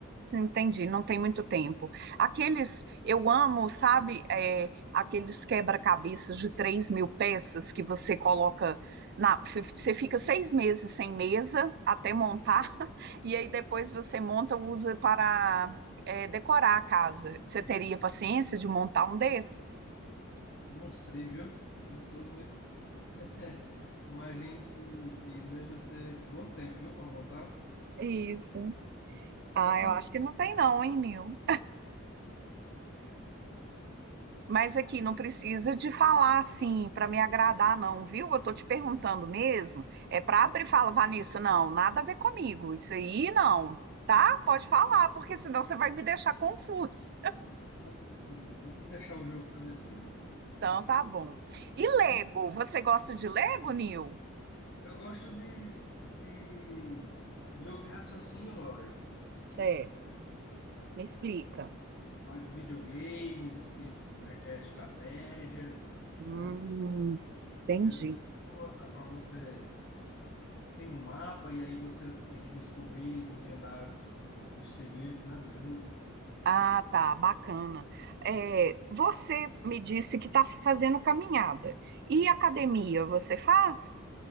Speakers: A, on the right (about 45°); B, on the left (about 50°).
A: Entendi, não tem muito tempo. Aqueles, eu amo, sabe, é, aqueles quebra-cabeças de três mil peças que você coloca na. Você você fica seis meses sem mesa até montar, <laughs> e aí depois você monta, usa para é, decorar a casa. Você teria paciência de montar um desses?
B: Não sei, viu? Eu sou meio... <laughs> Imagino que, que deve ser bom tempo, viu, para montar.
A: Isso. Ah,
B: Vou com
A: eu acho que não tem, não, hein, Nil? Mas aqui não precisa de falar assim para me agradar, não, viu? Eu tô te perguntando mesmo. É para abrir e falar, Vanessa, não, nada a ver comigo. Isso aí não, tá? Pode falar, porque senão você vai me deixar confusa.
B: Não, Vamos deixar o jogo para depois.
A: Então tá bom. E
B: Mas
A: Lego? Você gosta de Lego, Nil?
B: Eu gosto de, de jogo de raciocínio lógico,
A: Certo. Me explica.
B: de videogames que requer estratégia,
A: Hum,
B: né?
A: entendi.
B: Primeira pessoa, a qual você tem um mapa e aí você tem que descobrir, desvendar os, ah, os segredos, né, do jogo.
A: Ah, tá, bacana. É, você me disse que está fazendo caminhada. E academia, você faz?